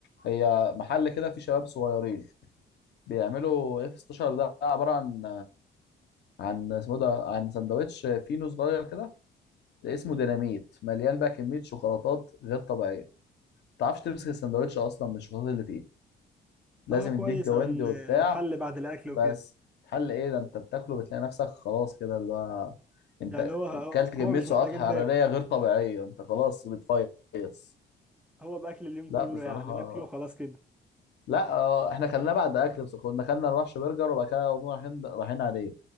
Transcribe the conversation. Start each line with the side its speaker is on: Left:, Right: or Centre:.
Left: هي محل كده فيه شباب صغيرين بيعملوا اف 16 ده عباره عن عن اسمه ده عن سندوتش فينو صغير كده اسمه ديناميت مليان بقى كميه شوكولاتات غير طبيعيه ما تعرفش تمسك السندوتش اصلا من الشوكولاتات اللي فيه لازم
Centre: اه كويس
Left: يديك جواندي
Centre: عن
Left: وبتاع
Centre: نحل بعد الاكل
Left: بس
Centre: وكده
Left: حل ايه ده انت بتاكله بتلاقي نفسك خلاص كده اللي هو انت
Centre: يعني هو
Left: كلت كميه
Centre: هو مش
Left: سعرات
Centre: محتاجين
Left: حراريه
Centre: ناكل
Left: غير طبيعيه انت خلاص بتفيص
Centre: هو باكل اليوم
Left: لا
Centre: كله
Left: بصراحه
Centre: يعني ناكله خلاص كده
Left: لا آه، احنا كلنا بعد اكل بس كنا كلنا نروحش برجر وبعد كده قمنا رايحين رايحين عليه